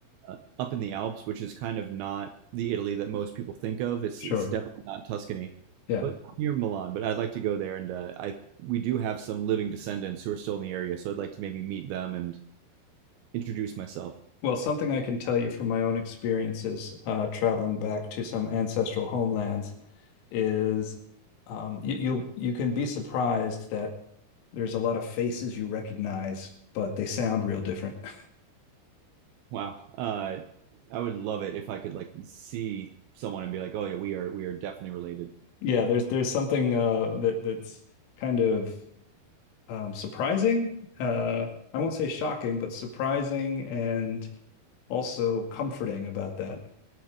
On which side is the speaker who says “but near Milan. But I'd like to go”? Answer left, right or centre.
Right